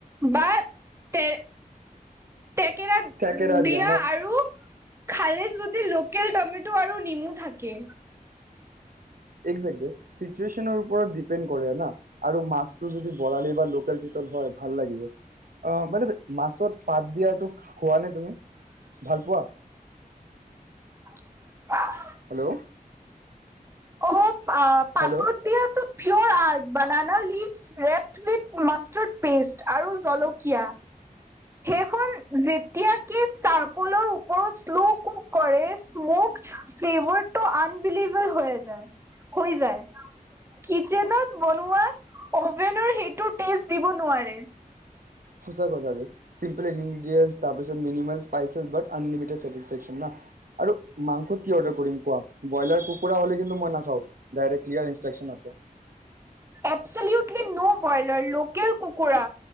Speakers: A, on the right; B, on the right.
A: বা, তেৰ তেকেৰা,
B: থেকেৰা
A: দিয়া
B: ন
A: আৰু খালে যদি লোকেল টমেট' আৰু নিমু থাকে।
B: একজেকলি। চিটুৱেচনৰ ওপৰত ডিপেণ্ড কৰে না আৰু মাছটো যদি বৰালি বা লোকেল চিতল হয় ভাল লাগিব। অ' মানে মাছত পাত দিয়াটো খোৱানে তুমি, ভাল পোৱা?
A: <unintelligible>
B: হেল্ল'।
A: কওক? অ পাতত
B: হেল্ল'
A: দিয়াটো পিয়'ৰ art banana leaves wrapped leaves mustard paste আৰু জলকীয়া। সেইখন যেতিয়া কি চাৰকোলৰ ওপৰত শ্ল' কুক কৰে স্মোক ফ্লেভাৰটো আনবিলিভল হৈ যায়। হৈ যায়। কিত জেনত বনোৱা অভেনৰ সেইটো টেষ্ট দিব নোৱাৰে।
B: সচাঁ কথা বে। চিম্পিল ইনগ্ৰেছ তাৰ পিছ minimum spices but unlimited satisfaction ন আৰু মাংসত কি অৰ্ডাৰ কৰিম কোৱা? ব্ৰইলাৰ কুকুৰা হ'লে কিন্তু মই নাখাওঁ। ডাইৰেকট ক্লিয়াৰ ইনষ্ট্ৰাকশন আছে।
A: এবচেউটলি ন' বইলাৰ লোকেল ক কোমোৰা